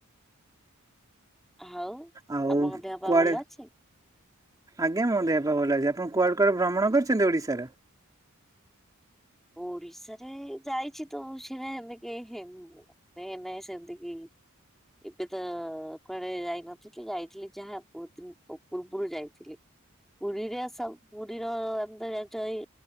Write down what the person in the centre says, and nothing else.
ହାଉ
ଆପଣଙ୍କ ଦେହ
ପା ଭଲ ଅଛି?
ଓଡିଶାରେ ଯାଇଛି ତ ବହୁତ ଯାଗା ସେମତି କାଇଁ ହେ ମୁଁ। ଏ ନାଇଁ ସେମତି କି। ଏବେ ତ କୁଆଡେ ଯାଇ ନଥିଲି ଯାଇଥିଲି ଯାହା ବହୁତ ଦିନ ପୁ ପୂର୍ବରୁ ଯାଇଥିଲି। ପୁରୀରେ ସବ ପୁରୀର ଆମେ ତ ଜାଣିଛ ଏଇ